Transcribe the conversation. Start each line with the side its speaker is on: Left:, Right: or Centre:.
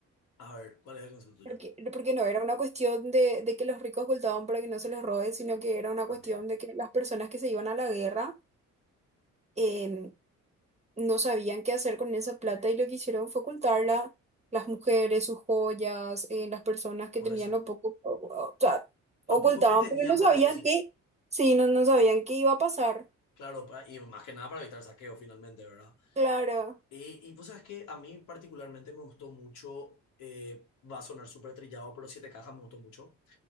Left: a ver, ¿cuál es el concepto tuyo?
Right: Porque, porque no era una cuestión de, de que los ricos ocultaban para que no se les robe, sino que era una
Left: También,
Right: cuestión de que las personas que se iban a la guerra em, no sabían qué hacer con esa plata y lo que hicieron fue ocultarla, las mujeres, sus joyas, eh, las personas que
Left: por
Right: tenían
Left: eso.
Right: lo poco, o, o sea, ocultaban
Left: Lo poco que tenían
Right: porque no
Left: por
Right: sabían
Left: acceso.
Right: qué, sí, no, no sabían qué iba a pasar.
Left: Claro, pa- y más que nada para evitar saqueo finalmente, ¿verdad?
Right: Claro,
Left: Y, y pues sabes que a mí particularmente me gustó mucho, eh, va a sonar súper trillado, pero Siete Cajas me gustó mucho.